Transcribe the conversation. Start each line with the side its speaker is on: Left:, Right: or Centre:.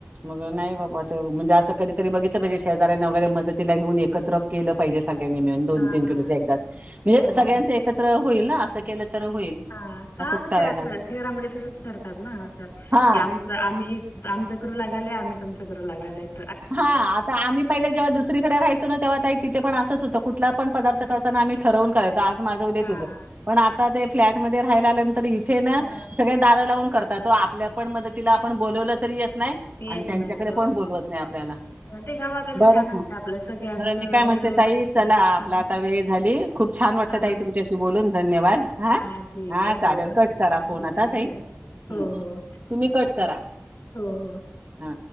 Right: मग नाही बाबा म्हणजे असं कधीतरी बघितलं पाहिजे, शेजाऱ्यांनी वगैरे मदतीला घेऊन एकत्र केलं पाहिजे. सगळ्यांनी मिळून दोन,
Left: हा
Right: तीन
Left: हा
Right: किलो एकदाच. म्हणजे
Left: हो
Right: सगळ्यांचे
Left: ना
Right: एकत्र होईल ना असं केल तर होईल.
Left: हा. हा
Right: असंच
Left: म्हणजे,
Right: करायला
Left: असं शहरामध्ये तसंच करतात ना? असं,
Right: हां.
Left: की आमचं आम्ही आमचं करू लागायला या आम्ही तुमचं करू लागायला येतो.
Right: हा. आता आम्ही पहिले जेव्हा दुसरीकडे राहयचो ना, तेव्हा ताई तिथे पण असं होतं कुठला पण पदार्थ
Left: हम्म,
Right: करताना आम्ही ठरवून करायचो. आज माझं उदया
Left: हा
Right: तुझं. पण ते फ्लॅट मध्ये राहायला इथे ना,
Left: हा
Right: सगळे दार लावून करत तो आपल्या पण मदतीला आपण बोलावलं तरी येत नाहीत
Left: येत
Right: आणि त्यांच्याकडे
Left: नाहीत हो
Right: पण बोलवत नाही आपल्याला.,
Left: ते गावाकडे
Right: बरं
Left: छान असतं
Right: ह
Left: आपलं सगळ्यांचं
Right: बरं मी काय म्हणते
Left: मिळून
Right: ताई,
Left: असतं.
Right: चला आपला
Left: हा
Right: आता वेळ झाली. खूप छान वाटलं
Left: हा
Right: ताई तुमच्याशी बोलून धन्यवाद. हा
Left: ठीक
Right: हा
Left: आहे
Right: चालेल
Left: हो.
Right: कट करा फोन आता
Left: बाय
Right: ताई.
Left: बाय. हो,
Right: हम्म
Left: हो.
Right: तुम्ही कट करा करा.
Left: हो हो.
Right: हा.